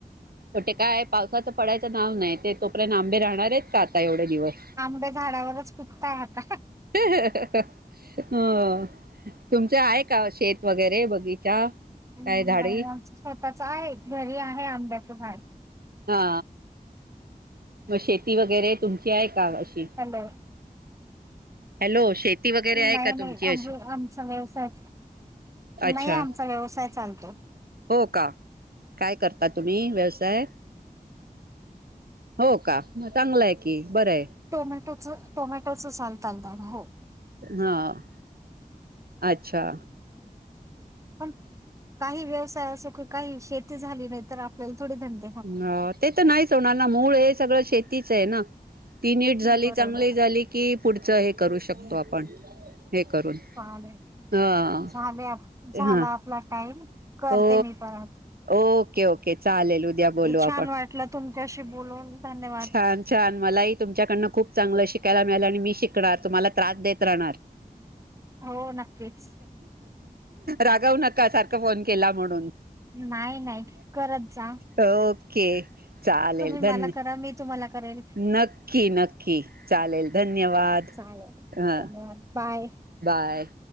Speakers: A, on the right (about 85°); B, on the right (about 20°).
A: तेे काय पावसाचं पडायचं नाव नाही ते तोपर्यंत आंबे राहणार आहेतच का आता एवढे दिवस
B: आंबड्या झाडावरच कुचता आता
A: हा तुमचं आहे का शेत वगैरे बगीचा
B: ् नाही
A: काय झाडी
B: आमच स्वतःच आहे घरी आहे आंब्याचं भान
A: हा मग शेती वगैरे तुमची आहे का अशी
B: ह
A: हॅलो शेती वगैरे
B: नाही
A: आहे का
B: नाही
A: तुमची अशी
B: आमज आमचा व्यवसाय नाही
A: अच्छा
B: आमचा व्यवसाय चालतो
A: हो का काय करता तुम्ही व्यवसाय हो का चांगलं आहे कि बरं आहे
B: टोमॅटोच टोमॅटोचं चालताल दान हो
A: हां अच्छा
B: पण काही व्यवसाय असो कि काही शेती झाली नाही तर आपल्याला थोडी धंड
A: ह ते तर नाहीच होणार ना मूळ हे सगळं शेतीच आहे ना तीन इट झाली
B: बरोबर
A: चांगली झाली की पुढच हे करू शकतो आपण हे करून
B: चाले ले
A: हा
B: झाला
A: हा
B: आपला टाइम करते
A: ओ
B: मी परत
A: ओके ओके चालेल उद्या बोलू
B: छान
A: आपण
B: वाटलं तुमच्याशी बोलून धन्यवाद.
A: छान छान मलाही तुमच्याकडनं खूप चांगलं शिकायला मिळेलं आणि मी शिकणार तुम्हाला त्रास देत राहणार. <inaudible>
B: हो नक्कीच.
A: रागव नका सारखं फोन केला म्हणून.
B: नाही नाही करत जा.
A: ओके. चालेल
B: तुम्ही
A: धन्य
B: मला करा मी तुम्हाला करेल.
A: नक्की नक्की चालेल धन्यवाद
B: चालेल
A: हं.
B: धन्यवाद बाय.
A: बाय.